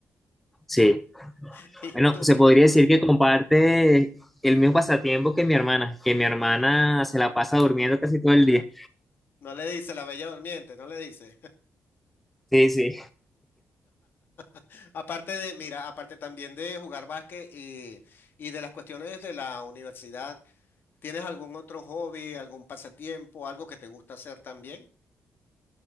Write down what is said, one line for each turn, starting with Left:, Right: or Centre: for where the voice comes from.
Centre: Sí.
Left: <laughs> ¿Y
Centre: Bueno,
Left: tú,
Centre: se podría decir que comparte el mismo pasatiempo que mi hermana, que mi hermana se la pasa durmiendo casi todo el día.
Left: No le dice la Bella Durmiente, no le dice.
Centre: Sí, sí.
Left: <laughs> Aparte de, mira, aparte también de jugar básquet y, y de las cuestiones de la universidad, ¿tienes algún otro hobby, algún pasatiempo, algo que te gusta hacer también?